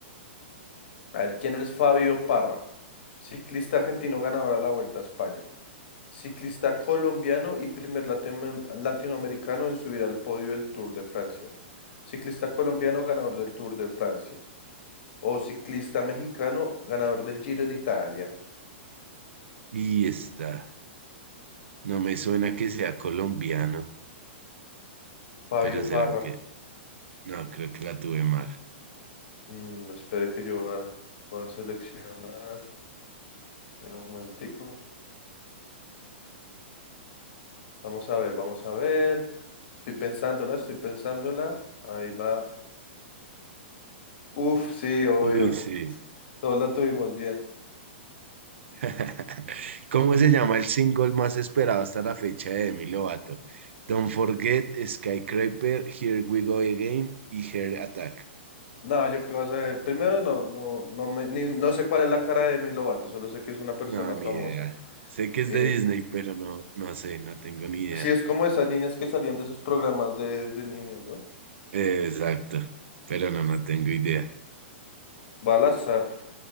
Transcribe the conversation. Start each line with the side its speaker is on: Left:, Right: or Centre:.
Left: A ver, ¿quién es Fabio Parra? Ciclista argentino ganador a la Vuelta a España. Ciclista colombiano y primer latino- latinoamericano en subir al podio del Tour de Francia. Ciclista colombiano ganador del Tour de Francia. O ciclista mexicano ganador del Giro de Italia.
Right: Y está. No me suena que sea colombiano,
Left: Fabio
Right: pero
Left: Parra.
Right: será que. No, creo que la tuve mal.
Left: Mm, espere que yo va- voy a seleccionar. Un momentico. Vamos a ver, vamos a ver. Estoy pensándola, estoy pensándola. Ahí va. Uf, sí, obvio.
Right: Uy, No.
Left: <laughs> S-
Right: sí.
Left: s- Todos la tuvimos bien.
Right: <laughs> ¿Cómo se llama el single más esperado hasta la fecha de Demi Lovato? Don't Forget, Skyscraper, Here We Go Again y Heart Attack.
Left: No, yo qué vas a ver. Primero, no, no, no, me- ni- no sé cuál es la cara de Demi Lovato, solo sé que es una persona
Right: No, ni
Left: famosa.
Right: idea. Sé que es
Left: Eh,
Right: de Disney, pero no, no sé, no tengo ni idea.
Left: sí, es como esas niñas que salían de esos programas de, de niños, ¿no?
Right: Eh, exacto, pero no, no tengo idea.
Left: Balazar.